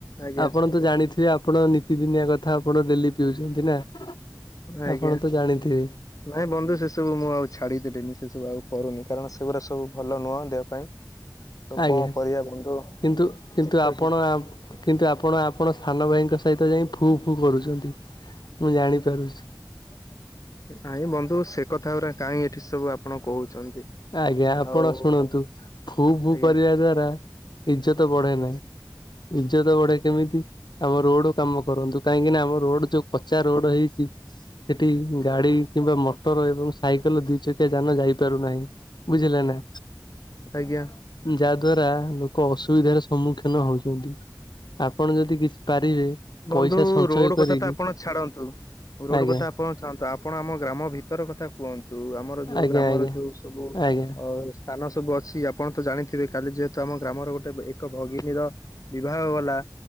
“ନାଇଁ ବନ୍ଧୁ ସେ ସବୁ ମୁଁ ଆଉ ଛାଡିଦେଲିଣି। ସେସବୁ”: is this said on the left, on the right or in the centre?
Left